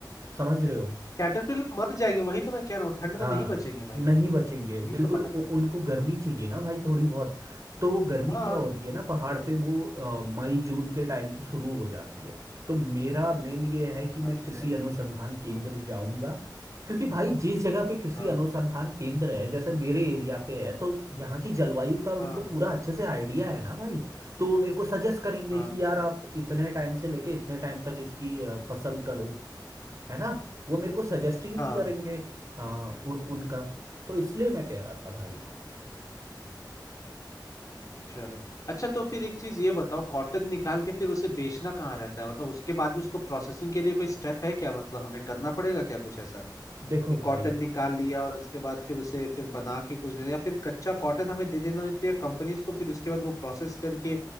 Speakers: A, on the right; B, on the left.
A: समझ रहे हो
B: कैटरपिलर मर जाएंगे वही तो मैं कह रहा हूँ ठंड
A: हाँ
B: में नहीं बचेंगे भाई
A: नहीं
B: वो
A: बचेंगे
B: यही
A: बिल्कुल
B: तो बात
A: उ,
B: है
A: उनको गर्मी चाहिए ना भाई थोड़ी बहुत तो गर्मी
B: हाँ
A: क्या होती है ना पहाड़ पे वो अ, मई जून के टाइम से शुरू हो जाती है तो मेरा मेन ये है कि मैं
B: अच्छा
A: कृषि अनुसंधान केंद्र जाऊंगा क्योंकि भाई जिस जगह पे कृषि
B: हाँ
A: अनुसंधान केंद्र है जैसे मेरे एरिया पे है तो यहाँ की जलवायु का उनको
B: हाँ
A: पूरा अच्छे से आइडिया है ना भाई तो वो मेरे को सजेस्ट करेंगे
B: हाँ
A: कि यार आप इतने टाइम से लेके इतने टाइम तक इसकी अ, फसल करो है ना वो मेरे को सजेस्ट ही नहीं
B: हाँ
A: करेंगे हाँ उ, उनका तो इसलिए मैं कह रहा था भाई
B: चलो अच्छा तो फिर एक चीज ये बताओ कॉटन निकाल के फिर उसे बेचना कहाँ रहता है मतलब उसके बाद भी उसको प्रोसेसिंग के लिए कोई स्टेप है क्या मतलब हमें करना पड़ेगा क्या कुछ ऐसा
A: देखो
B: कि कॉटन
A: भाई
B: निकाल लिया और उसके बाद फिर उसे फिर बना के कुछ दे या फिर कच्चा कॉटन हमें दे देना होती है कंपनीज को फिर उसके बाद वो प्रोसेस करके